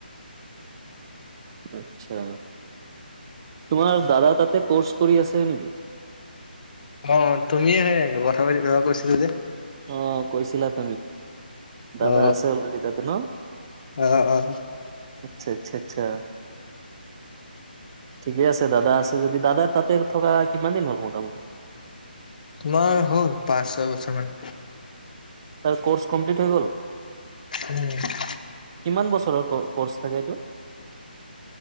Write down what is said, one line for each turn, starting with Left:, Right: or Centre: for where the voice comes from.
Right: আচ্ছা তোমাৰ দাদা তাতে কৰ্চ কৰি আছে নেকি
Left: অ' তুমিয়ে সেই কথা পাতিব কৈছিলে যে।
Right: অ' কৈছিলা তুমি। দাদা
Left: অ
Right: আছে অলৰেডি তাতে ন
Left: অ অ।
Right: আচ্ছা আচ্ছা আচ্ছা। ঠিকে আছে দাদা আছে যদি দাদা তাতে থকা কিমান দিন হ'ল মোটামুটি
Left: তোমাৰ হ'ল পাঁচ ছয় বছৰ মান।
Right: তাৰ কৰ্চ কমপ্লিট হৈ গ'ল
Left: উম
Right: কিমান বছৰৰ কৰ্চ থাকে এইটো